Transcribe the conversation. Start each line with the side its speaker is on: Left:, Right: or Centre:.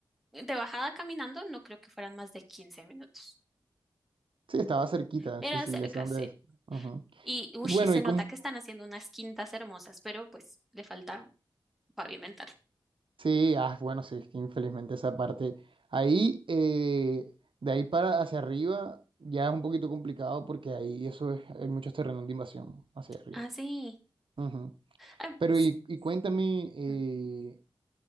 Centre: de bajada caminando no creo que fueran más de 15 minutos.
Right: Sí, estaba cerquita,
Centre: Era
Right: sí, sí,
Centre: cerca,
Right: ya sé dónde
Centre: sí.
Right: es. Ujú.
Centre: Y, ush,
Right: Y bueno,
Centre: y se
Right: y
Centre: nota
Right: como,
Centre: que están haciendo unas quintas hermosas, pero pues le falta pavimentar.
Right: sí, ah, bueno, sí, es que infelizmente esa parte. Ahí, eh, de ahí para hacia arriba, ya es un poquito complicado porque ahí eso es, hay muchos terrenos de invasión hacia arriba.
Centre: Ah, sí.
Right: Ujú.
Centre: Ah,
Right: Pero
Centre: ps-
Right: y, y cuéntame, eh,
Centre: mm,